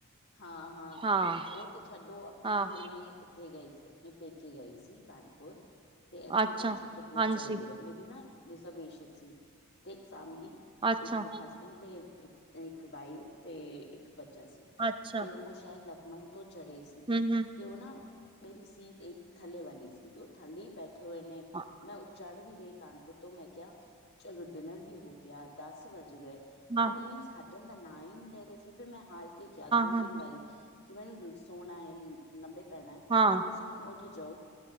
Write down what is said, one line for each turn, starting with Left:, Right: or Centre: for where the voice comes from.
Left: ਹਾਂ-ਹਾਂ
Right: ਹਾਂ
Left: ਉਹ ਤੇ ਛੱਡੋ ਅ
Right: ਹਾਂ
Left: ਮੈਂ ਹੁਣੇ ਇੱਥੇ ਗਏ ਸੀ। ਮੈ ਪੇਕੇ ਗਈ ਸੀ ਕਾਨਪੁਰ ਤੇ ਇਥੋਂ
Right: ਅੱਛਾ,
Left: ਨਾ ਚਿੱਤਰਕੂਟ
Right: ਹਾਂਜੀ,
Left: ਚੱਲਦੀ ਆ ਮੇਰੀ ਨਾ ਰਿਜੈਵੇਸ਼ਨ ਸੀ ਤੇ ਇੱਕ ਫੈਮਿਲੀ
Right: ਅੱਛਾ,
Left: ਇੱਕ ਹਸ ਬੈਂਡ ਤੇ ਬੀ ਇੱਕ ਵਾਈਫ ਤੇ ਇੱਕ ਬੱਚਾ ਸੀ
Right: ਅੱਛਾ,
Left: ਤੇ ਉਹ ਸ਼ਾਇਦ ਲ ਨੋ ਤੋਂ ਚੜ੍ਹੇ ਸੀ
Right: ਹੂੰ-ਹੂੰ,
Left: ਤੇ ਉਹ ਨਾ ਮੇਰੀ ਸੀਟ ਇੱਕ ਥੱਲੇ ਵਾਲੀ ਸੀ ਤੇ ਉਹ ਥੱਲੇ ਬੈਠ ਇਕੱਠੇ ਹੋਏ ਨੇ
Right: ਹਾਂ,
Left: ਮੈਂ ਉਹ ਚੜ੍ਹ ਵੀ ਗਈ ਕਾਨਪੁਰ ਤੋਂ ਮੈਂ ਕਿਹਾ ਚਲੋ ਡਿਨਰ ਵੀ ਹੋ ਗਿਆ। ਦਸ ਵੱਜ ਗਏ
Right: ਹਾਂ-ਹਾਂ,
Left: ਉਹ ਮੀਨਸ ਹਟਣ ਦਾ ਨਾਂ ਹੀ ਨਹੀਂ ਲੈ ਰਹੇ ਸੀ ਫਿਰ ਮੈਂ ਹਾਰ ਕੇ ਕਿਹਾ ਦੋ
Right: ਹਾਂ,
Left: ਤਿੰਨ ਵਾਰੀ ਕਿ ਮੈਨੂੰ ਨ ਸੋਣਾ ਹੈ ਅ ਲੰਮੇ ਪੈਣਾ ਐ
Right: ਹਾਂ।
Left: ਤੁਸੀਂ ਹੁਣ ਉਥੇ ਜਾਓ।